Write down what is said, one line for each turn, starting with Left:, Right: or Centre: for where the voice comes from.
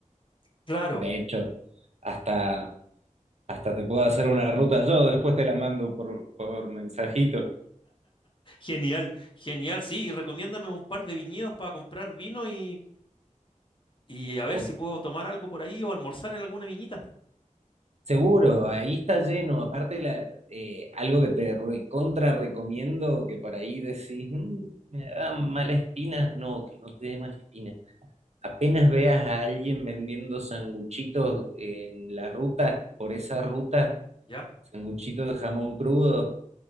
Left: Claro,
Right: De hecho, hasta, hasta te puedo hacer una ruta yo, después te la mando por, por mensajito.
Left: genial, genial, sí. Y recomiéndame un par de viñedos para comprar vino y, y a ver
Right: O-
Left: si puedo tomar algo por ahí o almorzar en alguna viñita.
Right: seguro, ahí está lleno. Aparte, la, eh, algo que te recontra recomiendo, que por ahí decís, "Mm, me da mala espina. No, que no te dé mala espina. Apenas veas a alguien vendiendo sanguchitos en la ruta, por esa ruta,
Left: ¿Ya?
Right: sanguchito de jamón crudo,